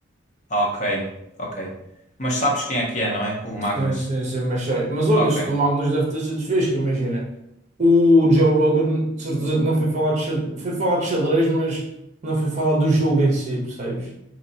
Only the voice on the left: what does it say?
Ok, ok. Mas sabes quem é que é, não é? O Magnus.
Ok.